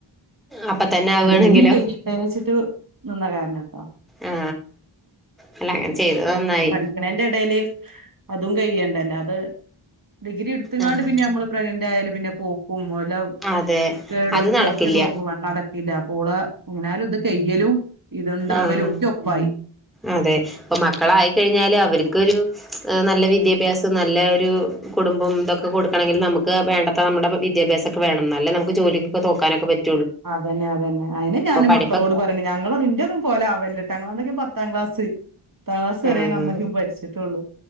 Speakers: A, in the centre; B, on the right.
A: അപ്പ തന്നെ ആവുകയാണെങ്കിലോ
B: ഡിഗ്രി കഴിഞ്ഞിട്ട് വെച്ചിട്ട് നിന്ന കാരണം
A: ആ അല്ല അങ്ങനെ ചെയ്തത് നന്നായി
B: പഠിക്കണേന്റെ എടെല് അതും കഴ്യേണ്ടല്ല അത് ഡിഗ്രി എടുത്ത്ങ്ങാണ്ട്
A: ആ
B: പിന്നെ നമ്മള് പ്രഗ്നന്റ് ആയാലും പിന്നെ പോക്കും എല്ലാം
A: അതെ
B: കേടൊക്കെ
A: അത് നടക്കില്ല
B: ഒക്കെ നോക്കും വണ്ണം അടക്കില്ല അപ്പോള് എങ്ങനാലും ഇത് കയ്യലും ഇതുണ്ടാവലും
A: ആ
B: ഒക്കെ ഒപ്പായി
A: അതെ ഇപ്പോ മക്കളായിക്കഴിഞ്ഞാല് അവർക്കൊരു നല്ല വിദ്യാഭ്യാസം നല്ല ഒരു കുടുംബം ഇതൊക്കെ കൊടുക്കണമെങ്കിൽ നമുക്ക് വേണ്ടത്ര നമ്മുടെ വിദ്യാഭ്യാസമൊക്കെ വേണം അ ന്നാല്ലല്ലേ നമുക്ക് ജോലിക്കൊക്കെ നോക്കാൻ ഒക്കെ പറ്റു
B: അതന്നെ അതന്നെ അതിന് ഞാനും
A: പഠിപ്പൊക്കെ
B: മക്കളോട് പറയുന്നേ ഞങ്ങള് നിന്റെ ഒന്നും പോലെ ആവല്ലട്ടോന്നൊക്കെ പറ പത്താം ക്ലാസ് പത്താം ക്ലാസ് വരെ
A: ആഹ്
B: അന്നക്കെയും പഠിച്ചിട്ടുള്ളൂ